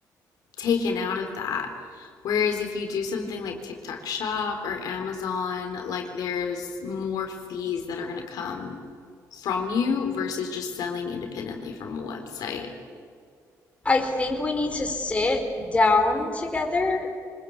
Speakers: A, on the left (about 75°); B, on the left (about 20°).
A: taken out of that. Whereas if you do something like TikTok Shop or Amazon, like there's more fees that are going to come from you versus just selling independently from a website.
B: I think we need to sit down together